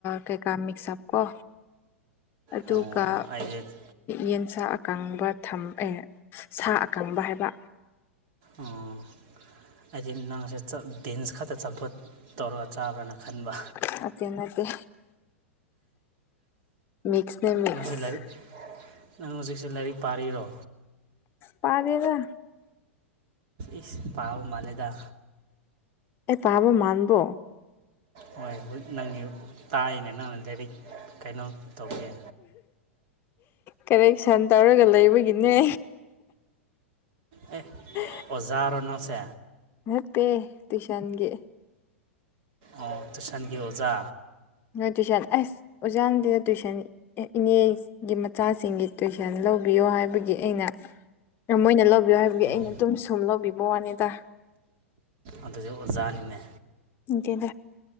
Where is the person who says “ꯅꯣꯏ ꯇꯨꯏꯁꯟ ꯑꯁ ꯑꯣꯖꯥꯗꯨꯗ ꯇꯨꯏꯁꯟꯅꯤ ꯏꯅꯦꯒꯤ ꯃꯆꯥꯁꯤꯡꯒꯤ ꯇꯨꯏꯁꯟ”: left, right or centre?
Left